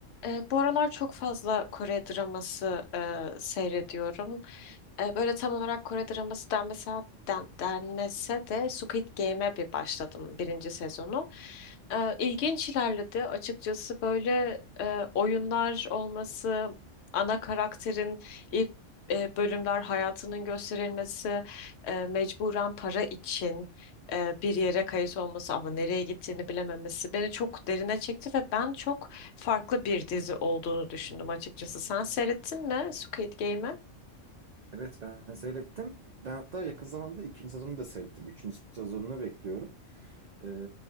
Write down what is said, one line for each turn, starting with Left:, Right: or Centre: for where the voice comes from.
Left: Ee, bu aralar çok fazla Kore draması e, seyrediyorum. E, böyle tam olarak Kore draması denmese, den, denmese de Squid Game'e bir başladım birinci sezonu. E, ilginç ilerledi. Açıkçası böyle e, oyunlar olması, ana karakterin ilk e, bölümler hayatının gösterilmesi, e, mecburen para için e, bir yere kayıt olması ama nereye gittiğini bilememesi beni çok derine çekti ve ben çok farklı bir dizi olduğunu düşündüm açıkçası. Sen seyrettin mi Squid Game'i?
Right: Evet ben seyrettim. Ben hatta yakın zamanda ikinci sezonu da seyrettim. Üçüncü sezonunu bekliyorum. Ee,